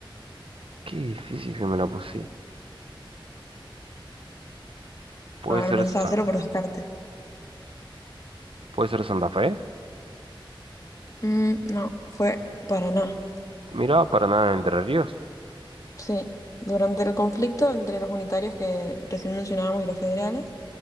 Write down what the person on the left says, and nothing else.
A ver,
pensaba
hacerlo por descarte.
Mm, no, fue Paraná.
Sí, durante el conflicto entre los unitarios que recién mencionábamos y los federales,